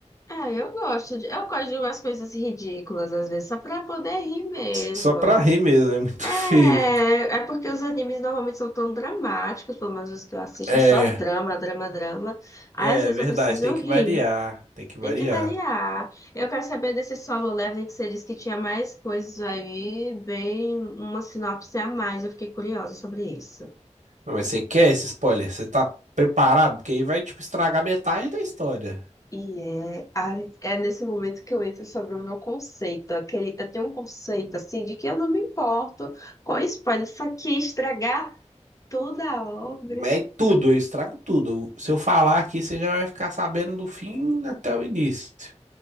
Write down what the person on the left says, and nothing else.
Ah, eu gosto de. Eu gosto de umas coisas ridículas às vezes, só pra poder rir mesmo.
É,
é porque os animes normalmente são tão dramáticos, pelo menos os que eu assisto,
é só drama, drama, drama. Aí
às vezes
eu preciso
rir.
Tem que variar. Eu quero saber desse Solo Leveling que você disse que tinha mais coisas aí, bem uma sinopse a mais. Eu fiquei curiosa sobre isso.
E é, a- é nesse momento que eu entro sobre o meu conceito. Aquele, eu tenho um conceito assim de que eu não me importo com spoiler, isso aqui estragar toda a obra.